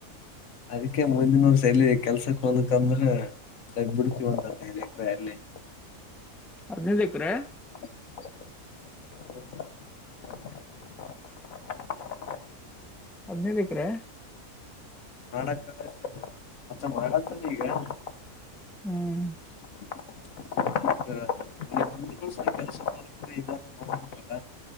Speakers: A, on the left; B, in the centre.
A: ಅದಕ್ಕೆ ಮುಂದಿನ ವರ್ಷ ಎಲ್ಲಿ ಕೆಲಸಕ್ಕೆ ಹೋಗ್ಬೇಕಂದ್ರ <unintelligible> ತಗ್ ಬಿಡ್ತೀವ ಅಂತ ಹೇಳಿದರ ಅಲ್ಲಿ? <unintelligible>
B: ಇಲ್ಲೇ ಸಿಕ್ರ? <unintelligible>
A: <unintelligible>
B: ಹದಿನೈದ ಎಕರೆ? <unintelligible>
A: ಮಾಡಕ ಅಂದರ್ <inaudible> ಅಚಾ ಮಾಡಕ ಬಂದೀ ಈಗ? <unintelligible>
B: ಹೂ <unintelligible>
A: <unintelligible> <inaudible> ಈ ಮುಂದಿನ ಕೆಲ್ಸ ಮಾಡಕ್ರೆ ಇದಾರ ಮಾಡಬೇಕಲ್ಲ.